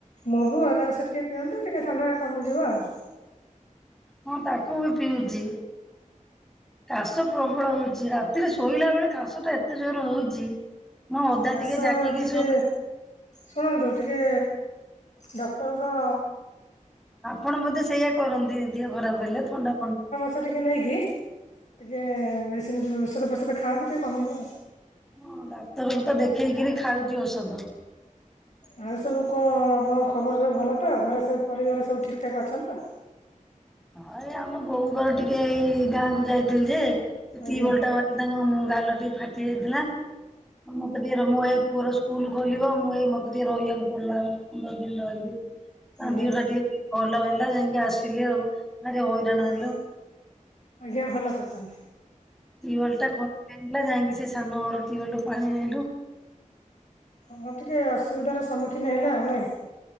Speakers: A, on the left (about 60°); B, in the centre.
A: ମହୁ ଅଦାରସ ଟିକେ ପିଅନ୍ତ ଟିକେ ଥଣ୍ଡା କମିଯିବ ଆଉ।
B: ହଁ ତାକୁ ବି ପିଉଚି। କାଶ ପ୍ରବଳ ହଉଚି ରାତିରେ ଶୋଇଲା ବେଳେ କାଶ ଟା ଏତେ ଜୋର ହଉଚି। ମୁଁ ଅଦା
A: କାଶ
B: ଟିକେ ଜାକିକି
A: ଟିକେ
B: ଶୋ
A: ଶୁଣନ୍ତୁ ଟିକେ ଡକ୍ଟର ଙ୍କ
B: ଆପଣ ବୋଧେ ସେଇଆ କରନ୍ତି ଦିହ ଖରାପ ହେଲେ ଥଣ୍ଡା ଫନ୍
A: ସ ଟିକେ ନେଇକି ଟିକେ ମେଡିସିନ୍ ଓଷଧ ଫୋଷଧ ଖାଆନ୍ତୁ ଟିକେ କମିବ ଆଉ।
B: ହଁ ଡାକ୍ତର କୁ ତ ଦେଖେଇକିରି ଖାଉଚି ଓଷଧ।
A: ଆଉ ସବୁ କଣ ଆପଣଙ୍କ ଖବର ସବୁ ଭଲ ତ ଘରେ ସବୁ ପରିବାର ସବୁ ଠିକ୍ ଠାକ୍ ଅଛନ୍ତି ତ?
B: ହଁ ଏଇ ଆମ ବୋଉଙ୍କର ଟିକେ ଏଇ ଗାଁ କୁ ଯାଇଥିଲି ଯେ
A: ଆଜ୍ଞା
B: ଟିବଲ ଟା ତାଙ୍କ ଗାଲ ଟିକେ ଫାଟି ଯାଇଥିଲା। ମତେ ଟିକେ ମୁଁ ଏଇ ପୁଅର ସ୍କୁଲୁ ଖୋଲିବ ମୁଁ ଏଇ ମତେ ଟିକେ ରହିବାକୁ ପଡ଼ିଲା ନ୍ଦର ଦିନ ରହିଲି। ତାଙ୍କ
A: ଆଜ୍ଞା
B: ଦିହଟା ଟିକେ ଭଲ ହେଲା ଯାଇଙ୍କି ଆସିଲି ଆଉ। ଭାରି ହଇରାଣ ହେଲୁ
A: ଆ ଆଜ୍ଞା ଭଲ କରିଚନ୍ତି।
B: ଟିଓଲ୍ ଟା ଯାଇଙ୍କି ସେ ସାନଘର ଟିଓଲ୍ ରୁ ପାଣି ଆଣିଲୁ।
A: ହଁ ଟିକେ ଅସୁବିଧାର ସମ୍ମୁଖୀନ ହେଲା ଆଉ ନାଇଁ।